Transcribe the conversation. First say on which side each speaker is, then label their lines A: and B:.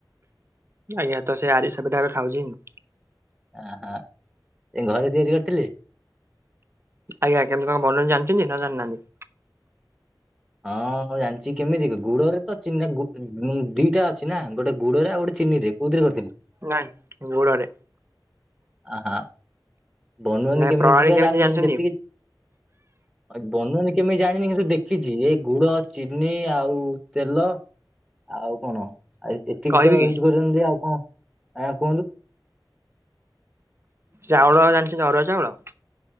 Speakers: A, on the right; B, in the centre.
A: ଆଜ୍ଞା ତ ସେ ଆରିସା ପିଠା ଏବେ ଖାଉଛି ମୁଁ।
B: ହ ହ ସେ ଘରେ ତିଆରି କରିଥିଲେ।
A: ଆଜ୍ଞା ଆଜ୍ଞା ଏତି କଣ ବ ଜାଣିଛନ୍ତି ନ ଜାଣିନାହାନ୍ତି।
B: ହଁ ମୁଁ ଜାଣିଛି କେମିତି ଗୁଡରେ ତ ଚିହ ଦିଟା ଅଛି ନା ଗୋଟେ ଗୁଡରେ ଆଉ ଗୋଟେ ଚିନିରେ କୋଉଥିରେ କରିଥିଲେ?
A: ନାଇଁ ଗୋଡରେ।
B: ଆ ହ। ବନୁଆନି
A: ନାଇଁ
B: କେମିତି
A: ପ୍ରଣାଳୀ
B: ତ ଜାଣିନି
A: ଜାଣିଛନ୍ତି
B: ଯେତିକି ବନୁ କେମିତି ଜାଣିନି କିନ୍ତୁ ଦେଖିଛି ଏ ଗୁଡ, ଚିନି ଆଉ ତେଲ ଆଉ କଣ? ଆ ଏତିକି
A: କହିବି
B: ତ
A: କି?
B: ୟୁଜ୍ କରିଛନ୍ତି ଆଉ କଣ ଆଜ୍ଞା କୁହନ୍ତୁ?
A: ଚାଉଳ ଜାଣିଛନ୍ତି ଅରୁଆ ଚାଉଳ।